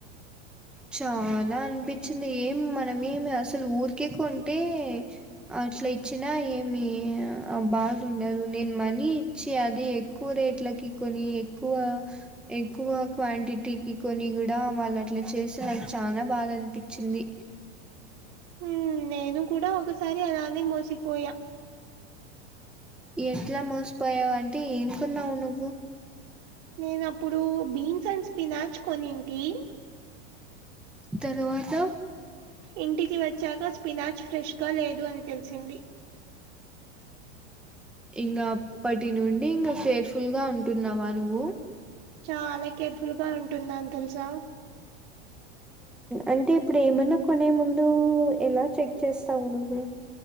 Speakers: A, in the centre; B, on the right.
A: చాలా అనిపించింది ఏం మనమేమి అసలు ఊరికే కొంటే అట్లా ఇచ్చినా ఏమి బాద ఉండదు నేను మనీ చ్చి అది ఎక్కువ రేట్లకి కొని ఎక్కువ ఎక్కువ క్వాంటిటీకి కొని గూడా వాళ్ళు అట్లా చేసి నాకు చానా బాద అనిపించింది
B: హు నేను కూడా ఒకసారి అలానే మోసిపోయా
A: ఎట్లా మోసిపోయావు అంటే ఏంకున్నావు నువ్వు
B: నేను అప్పుడు బీన్స్ అండ్ స్పినార్చ్ కొనింటి
A: తరువాత
B: ఇంటికి వచ్చాక స్పినాచ్ ఫ్రెష్గా లేదు అని తెలిసింది
A: ఇంకా అప్పటి నుండి ఇంకా కేర్ఫుల్ గా ఉంటున్నావా నువ్వు
B: చాలా కేర్ఫుల్ గా ఉంటుందా అని తెలుసా
A: అంటే ఇప్పుడు ఏమన్నా కొనే ముందు ఎలా చెక్ చేస్తావు నువ్వు